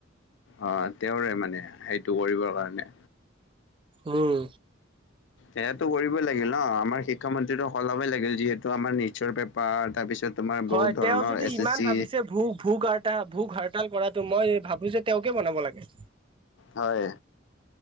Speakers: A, on the left; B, on the right.
A: অ' তেওঁৰে, মানে সেইটো কৰিবৰ কাৰণে।
B: উম।
A: সেইয়াতো কৰিবই লাগিল ন আমাৰ শিক্ষামন্ত্ৰীটো সলাবই লাগিল যিহেতু। ত' আমাৰ নীটচৰ পেপাৰ তাৰপিছত তোমাৰ
B: হয়
A: বহুত ধৰণৰ
B: তেওঁ যদি
A: এছ
B: ইমান
A: এছ চি।
B: ভাবিছে ভোক ভোক আৰ্তা ভোক হাৰতাল কৰাটো মই ভাবোঁ যে তেওঁকেই বনাব লাগে।
A: হয়।